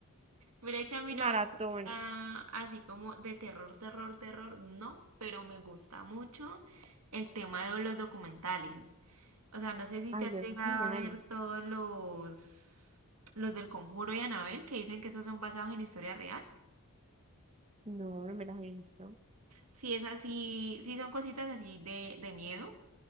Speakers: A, on the right; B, on the right.
A: mira que a mí no
B: maratones.
A: me gusta así como de terror, terror, terror, no, pero me gusta mucho el tema de los documentales. O sea, no sé si
B: Ay,
A: te has
B: no, eso
A: llegado
B: es genial.
A: a ver todos los, los del Conjuro y Anabel que dicen que esos son basados en historia real.
B: No, no me las he visto.
A: Si es así, sí son cositas así de, de miedo,